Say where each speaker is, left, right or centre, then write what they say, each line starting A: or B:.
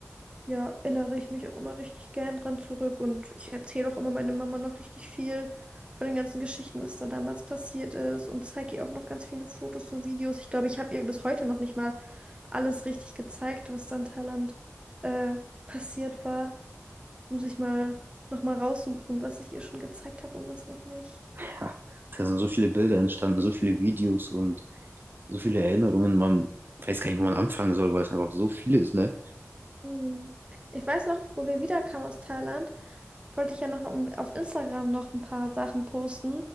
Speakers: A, on the right; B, on the right.
A: ja, erinnere ich mich auch immer richtig gern dran zurück und ich erzähle auch immer meiner Mama noch richtig viel von den ganzen Geschichten, was da damals passiert ist und zeige ihr auch noch ganz viele Fotos und Videos. Ich glaube, ich habe ihr bis heute noch nicht mal alles richtig gezeigt, was da in Thailand äh, passiert war. Muss ich mal noch mal raussuchen, was ich ihr schon gezeigt habe und was noch nicht.
B: Ja, da sind so viele Bilder entstanden, so viele Videos und so viele Erinnerungen. Man weiß gar nicht, wo man anfangen soll, weil es einfach so viel ist, ne?
A: Hm. Ich weiß noch, wo wir wiederkamen aus Thailand. wollte ich ja noch um- auf Instagram noch ein paar Sachen posten.